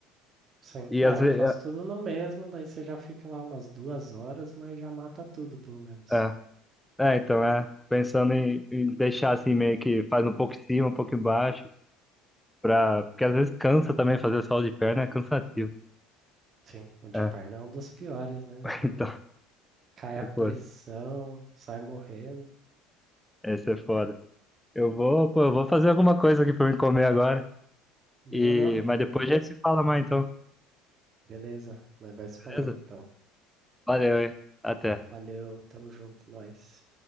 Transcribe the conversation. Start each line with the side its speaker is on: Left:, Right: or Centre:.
Right: Sim.
Centre: E
Right: Ah,
Centre: às
Right: eu
Centre: vezes.
Right: faço tudo no mesmo, daí você já fica lá umas duas horas, mas já mata tudo, pelo menos.
Centre: É, é, é, então, é. Pensando em, em deixar assim, meio que faz um pouco em cima, um pouco embaixo. Pra... Porque às vezes cansa também fazer solo de perna, é cansativo.
Right: Sim, o de
Centre: É,
Right: perna é um dos piores, né?
Centre: <laughs>
Right: Dá
Centre: então,
Right: um... Cai
Centre: depois.
Right: a pressão, sai morrendo.
Centre: Esse é foda. Eu vou, pô, eu vou fazer alguma coisa aqui pra me comer agora. E...
Right: Demorou?
Centre: Mas depois a gente se fala mais, então,
Right: Beleza, nós vai se
Centre: beleza?
Right: falando então.
Centre: Valeu, hein? Até.
Right: Valeu, tamo junto, nós.